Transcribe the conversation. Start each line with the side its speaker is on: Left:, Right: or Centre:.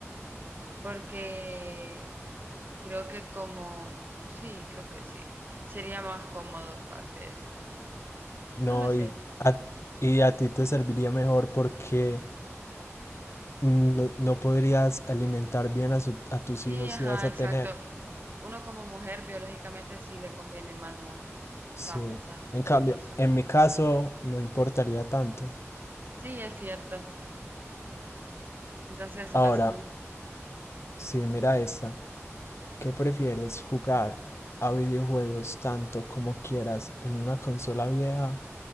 Right: porque creo que como, sí, creo que sí. Sería más cómodo tal vez.
Left: No,
Right: No lo sé.
Left: y a, y a ti te serviría mejor porque no, no podrías alimentar bien a, su- a tus
Right: Sí,
Left: hijos
Right: ajá,
Left: si vas a
Right: exacto.
Left: tener.
Right: Uno como mujer biológicamente sí le conviene más, ¿no?
Left: Sí.
Right: Estaba pensando,
Left: En cambio,
Right: tienes razón.
Left: en mi caso, no importaría tanto.
Right: Sí, es cierto. Entonces
Left: Ahora,
Right: vas tú.
Left: Sí, mira esta. ¿Qué prefieres, jugar a videojuegos tanto como quieras en una consola vieja